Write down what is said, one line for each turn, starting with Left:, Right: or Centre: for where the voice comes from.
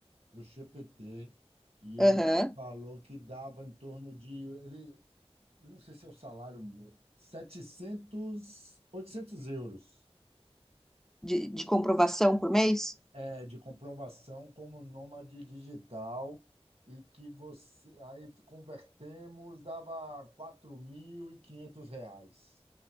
Right: pro GPT e ele
Centre: Aham.
Right: falou que dava em torno de ele, eu não sei se é o salário me- 700, 800 euros
Centre: De, de comprovação por mês?
Right: é, de comprovação como nômade digital e que você aí convertemos dava 4.500 reais.